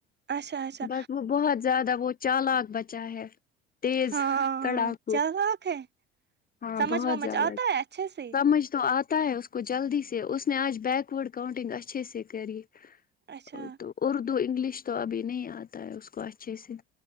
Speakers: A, on the right; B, on the left.
A: اچھا اچھا
B: بٹ وہ بہت زیادہ وہ چالاک بچائ ہے تیز
A: ہاں
B: تڑاکو
A: چل رکھ ہے
B: ہاں
A: سمجھ
B: بہت
A: ومجھ
B: زیادہ
A: آتا ہے اچھے سے
B: سمجھ تو آ پتتا ہے اس کو جلدی سے اس نے آج بیکورڈ کاؤنٹنگ اچھے سے کری
A: اچھا
B: ا تو اور دو انگلش تو ابھی نہیں آتا ہے اس کو اچھے سے